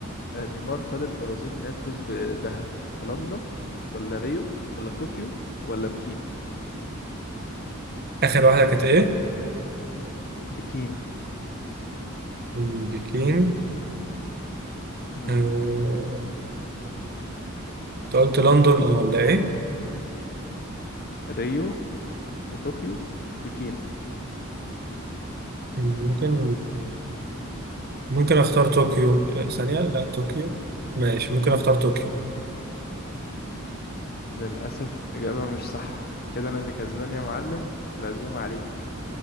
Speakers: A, on the left; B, on the right.
A: نيمار قاد البرازيل إنها تفوز بذهب في لندن ولا ريو ولا طوكيو ولا بكين
B: اخر واحدة كانت ايه
A: بكين
B: امريكين
A: مم.
B: آه، انت قلت لندن أو ولا ايه
A: ريو وطوكيو وبكين
B: ممكن ممكن اختار طوكيو آه، ثانية لا طوكيو ماشي ممكن اختار طوكيو
A: للأسف إجابة مش صح كده أنا اللي كسبان يا معلم العزومة عليك